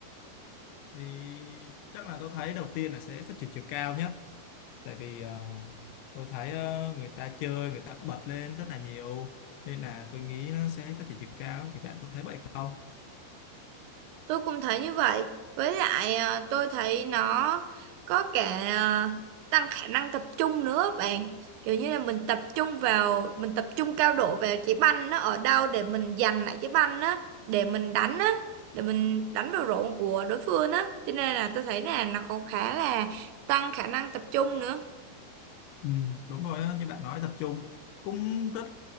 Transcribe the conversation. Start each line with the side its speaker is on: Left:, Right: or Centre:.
Left: thì chắc là tôi thấy đầu tiên là sẽ phát triển chiều cao nhất tại vì ờ, tôi thấy ờ, người ta chơi người ta bật lên rất là nhiều nên là tôi nghĩ nó sẽ phát triển chiều cao thì bạn có thấy vậy không
Right: Tôi cũng thấy như vậy. Với lại à, tôi thấy nó có cả à, tăng khả năng tập trung nữa bạn. Kiểu như là mình tập trung vào, mình tập trung cao độ vào trái banh nó ở đâu để mình giành lại trái banh á, để mình đánh á, để mình đánh vào rổ của đối phương á. Cho nên là tôi thấy là nó có khá là tăng khả năng tập trung nữa.
Left: Ừ. đúng rồi á, như bạn nói tập trung cũng rất